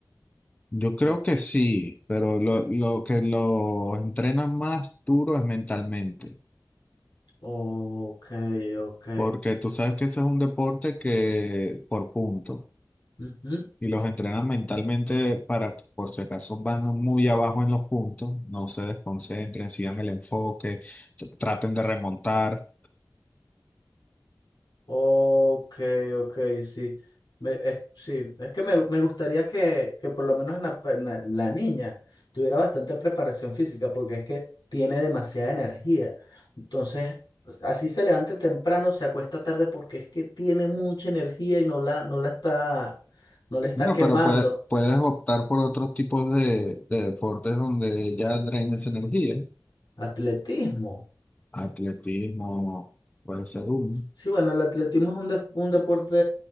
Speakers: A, on the left; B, on the left.
A: Yo creo
B: No.
A: que sí, pero lo, lo que los entrenan más duro es mentalmente.
B: Ok, ok.
A: Porque tú sabes que ese es un deporte que por puntos
B: Ujú.
A: y los entrenan mentalmente para que por si acaso van muy abajo en los puntos, no se desconcentren, sigan el enfoque, t- traten de remontar.
B: Ok, ok, sí. Me- es, sí, es que me, me gustaría que, que por lo menos la, per- na- la niña tuviera bastante preparación física porque es que tiene demasiada energía. Entonces, así se levante temprano, se acuesta tarde porque es que tiene mucha energía y no la, no la está, no la está
A: Bueno,
B: quemando.
A: pero pue- puedes optar por otros tipos de, de deportes donde ya drenes energía,
B: Atletismo.
A: atletismo, puede ser uno.
B: Sí, bueno, el atletismo es un, des- un deporte,